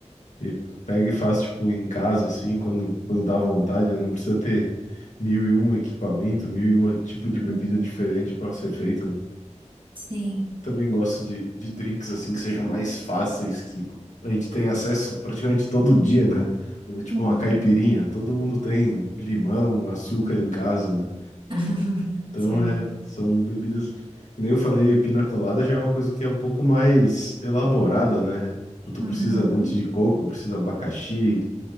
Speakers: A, on the left; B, on the right.
A: E pega e faz, tipo, em casa, assim, quando, quando dá vontade, né? não precisa ter mil e um equipamento, mil e um tipo de
B: Uhum.
A: bebida diferente para ser feito. né?
B: Sim.
A: Também gosto de, de drinks, assim, que sejam mais fáceis, que a gente tem acesso praticamente todo dia, né? É Tipo
B: Uhum.
A: uma caipirinha, todo mundo tem limão, açúcar em casa, né?
B: <laughs>
A: Então,
B: Sim.
A: é, são bebidas... que Nem eu falei, pina colada já é uma coisa que é um pouco mais elaborada, né? Tu tu
B: Uhum.
A: precisa leite de coco, precisa abacaxi,